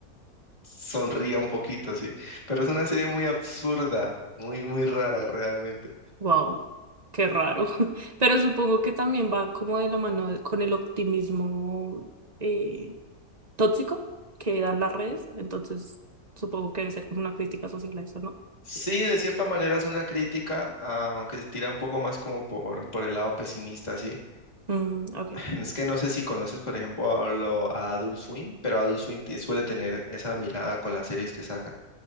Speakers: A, on the left; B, on the right.
A: sonría un poquito, ¿sí? Pero es una serie muy absurda, muy, muy rara realmente.
B: Wow, qué raro. <laughs> Pero supongo que también va como de la mano de- con el optimismo. eh, tóxico que dan las redes, entonces supongo que debe ser como una crítica social a eso, ¿no?
A: Sí, de cierta manera es una crítica, ah, aunque se tira un poco más como por, por el lado pesimista, ¿sí?
B: Mm, ok,
A: <laughs> Es que no sé si conoces, por ejemplo, a, lo- a Adult Swim, pero Adult Swim tie- suele tener esa mirada con las series que sacan.